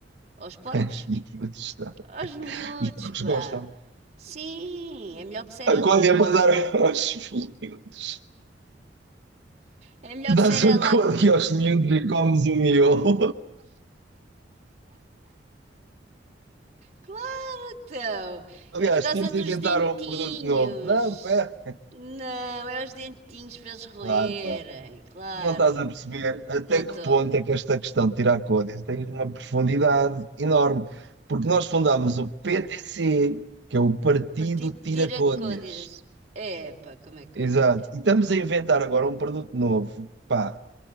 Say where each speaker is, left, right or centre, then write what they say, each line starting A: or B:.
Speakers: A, on the right; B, on the right.
A: aos porcos?
B: Os miúdos, tá.
A: Aos miúdos,
B: os porcos
A: pá.
B: gostam.
A: Sim, é melhor que Cerelac.
B: A Códia é para dar aos miúdos.
A: É melhor
B: Tu
A: que
B: dás
A: Cerelac.
B: a Códia aos miúdos e comes o miolo.
A: Claro, que não.
B: <laughs> Aliás,
A: é por causa
B: temos
A: dos
B: de inventar
A: dentinhos.
B: um produto novo. Não, pera.
A: Não, é os dentinhos para eles roerem,
B: Claro, claro.
A: claro.
B: Tu não estás a perceber até
A: Não estou.
B: que ponto é que esta questão de tirar Códia tem uma profundidade enorme. Porque nós fundámos o PTC, que é o Partido
A: Partido de
B: Tira
A: ter
B: Códias.
A: a côdeas. Epá, como é que
B: Exato.
A: eu adivinhei?
B: E estamos a inventar agora um produto novo. Pá,